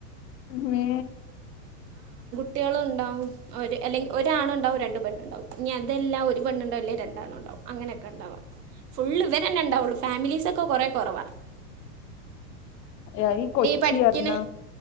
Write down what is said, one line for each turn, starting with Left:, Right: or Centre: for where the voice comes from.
Left: മേ
Right: കുട്ടികളും ഉണ്ടാവും ഒരു അല്ലെങ്കിൽ ഒരാണ ഉണ്ടാും രണ്ട് പെണ്ണുണ്ടാവും ഇനി അതെല്ലാ ഒരു പെണ്ണ്ണ്ടാവും ല്ലേ രണ്ടാണു ഉണ്ടാവും അങ്ങനെയൊക്കെ ഉണ്ടാവാ ഫുള്ള് ഇവരെന്നെ ഉണ്ടാവുള്ളു ഫാമിലീസൊ ക്കെ കൊറെ കുറവാ
Left: ആഹ് ഈ കൊച്ചി
Right: പഠിക്കണ
Left: എറണാ